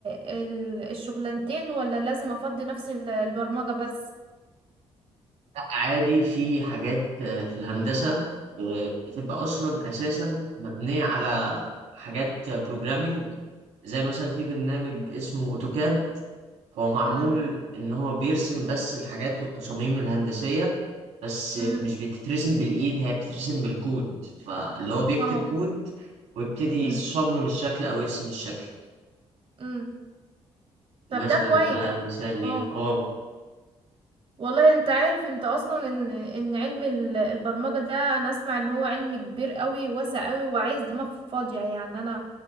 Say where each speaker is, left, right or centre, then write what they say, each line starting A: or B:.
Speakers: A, on the right (about 55°); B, on the right (about 85°).
A: ال الشغلانتين ولا لازم افضي نفس ال- البرمجة بس
B: لا عادي في حاجات آه، في الهندسة آه، بتبقى اصلا اساسا مبنية على حاجات بروجرامينج زي مثلا في برنامج اسمه اوتوكاد هو معمول
A: امم
B: ان هو بيرسم بس الحاجات والتصاميم الهندسية بس مش
A: امم
B: بتترسم بالايد هي بتترسم بالكود فاللي هو بيكتب
A: اه
B: كود ويبتدي
A: امم
B: يصمم الشكل او يرسم الشكل
A: امم طب
B: مثلا
A: ده كويس
B: ده مثال ليه
A: اه
B: اه
A: والله انت عارف انت اصلا ان ان علم ال- البرمجة ده انا اسمع ان هو علم كبير قوي واسع قوي وعايز دماغ فاضية يعني انا